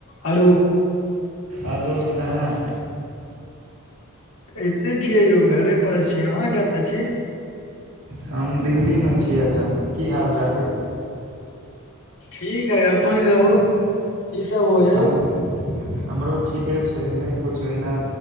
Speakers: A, on the left (about 70°); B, on the right (about 70°).
A: hello
B: आ दोस्त कहाँ
A: एते छियै यौ घरे पर छीय अहाँ कतऽ छी
B: हम दिल्लीमे छी की हाल चाल रे
A: ठीक हैय अपन कहू की सब होय हैं
B: हम हमरो ठीके छै नहि किछु ओहिना